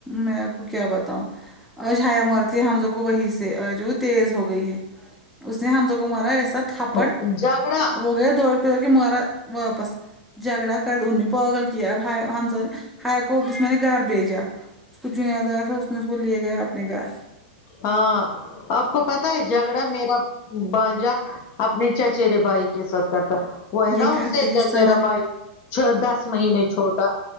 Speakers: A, in the centre; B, on the left (about 45°).
A: میں آپ کو کیا بتاؤں اج حیا مارتی ہے ہم لوگ کو وہی سے جو تیز ہو گئی ہے اس نے ہم لوگ کو مارا ایسا تھاپڑ
B: ہیں۔ جھگڑا
A: و گیا دوڑ کہ مارا واپس جھگڑا کر ان نے پاگل کیابائی ہممزا حیا کو بسما نے گھر بھیجا اس کو چنےیاد آیا تھا اس نے اس کو لے گیا اپنے گھر
B: ہاں آپ کو پتا ہے جھگڑا میرا بانجا اپنے چچرے بھائی کے ساتھ کرتا وہ ہے
A: یہ
B: نا
A: کرتے
B: اس سے
A: ہیں
B: چچرا
A: سارے
B: بھائی جو دس مہینے چھوٹا